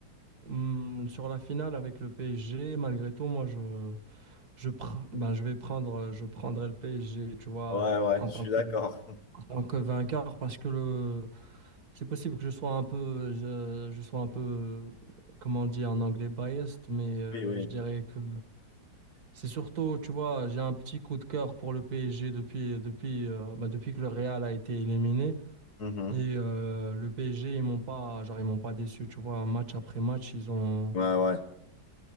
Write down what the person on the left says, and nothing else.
Ouais, ouais.
Je
suis
d'accord. <laughs>
Oui, oui.
Mhm.
Ouais, ouais.